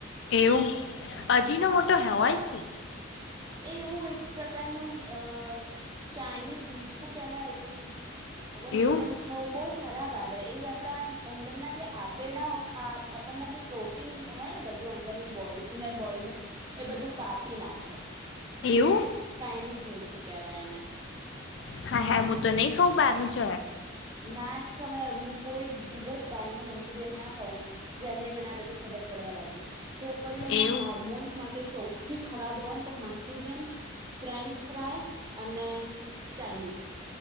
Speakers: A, on the left; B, on the right.
A: એવું અજીનોમોટો હેવોઈ શું
B: એ એવું એક પ્રકારનું અ ચાઇનીઝ મીઠું કેવાય આઈ થિન્ક ખબર નહી
A: એવું
B: પણ ખ બઉ ખરાબ આવે હ એ આપણા અંદરના જે આંતડા આપણના જે પ્રો <unintelligible> હોય ને બધા અંદરની બોડી ઇનર બોડીનું એ બધું કાપી નાખે.
A: એવુ?
B: જ મીઠું કેહેવાય એને.
A: હાય હાય હું તો નહી ખાઉ બહાર ન જ
B: ના જ ખવાઈ હું કોઈ દિવસ બહાર નુ મંચુરિયન ના ખાવું જેને મને આ બધી ખબર પડવા લાગી. છોકરીઓના
A: એવું
B: હાર્મોન્સ માટે સૌથી ખરાબ હોય ને તો મંચુરિયન ફ્રેન્ચ ફ્રાય અને ચાાઈનીઝ